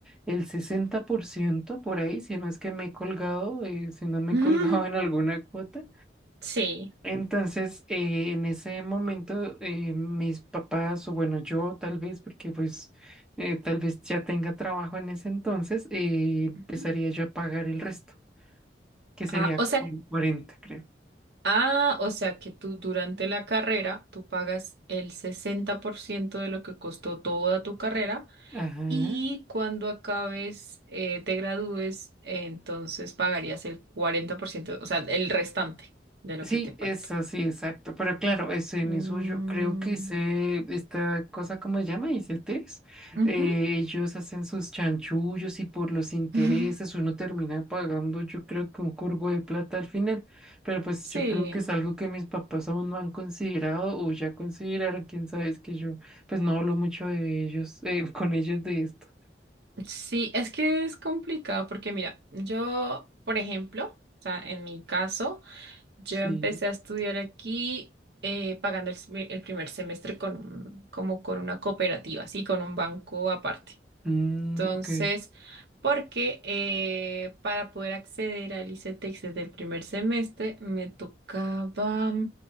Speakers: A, in the centre; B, on the right (about 70°).
A: el 60% por ciento por ahí, si no es que me he colgado, eh, si no me
B: Mm,
A: he colgado en alguna cuota.
B: sí.
A: Entonces, eh, en ese momento, eh, mis papás, o bueno, yo tal vez, porque pues eh, tal vez ya tenga trabajo en ese entonces, eh, empezaría
B: ujú.
A: yo a pagar el resto, que sería
B: Ah, o
A: como
B: sea,
A: en 40, creo.
B: ah, o sea que tú durante la carrera tú pagas el 60% de lo que costó toda tu carrera
A: Ajá.
B: y cuando acabes, eh, te gradúes, eh, entonces pagarías el 40%, o sea, el restante de lo
A: Sí,
B: que te faltó.
A: eso sí, exacto. Pero claro, eso en
B: Mm,
A: eso yo creo que se, esta cosa, ¿cómo se llama? ICTs.
B: ujú.
A: Eh, ellos hacen sus chanchullos y por los intereses
B: <laughs>
A: uno termina pagando, yo creo que un curvo de plata al final. Pero pues
B: Sí.
A: yo creo que es algo que mis papás aún no han considerado o ya consideraron, quién sabe, es que yo pues no hablo mucho de ellos, eh, <laughs> con ellos de esto.
B: Sí, es que es complicado porque mira, yo, por ejemplo, o sea, en mi caso, yo
A: Sí.
B: empecé a estudiar aquí eh, pagando el, semi- el primer semestre con un- como con una cooperativa, sí, con un banco aparte.
A: Mm,
B: Entonces,
A: ok.
B: porque eh, para poder acceder al ICETEX desde el primer semestre me tocaba,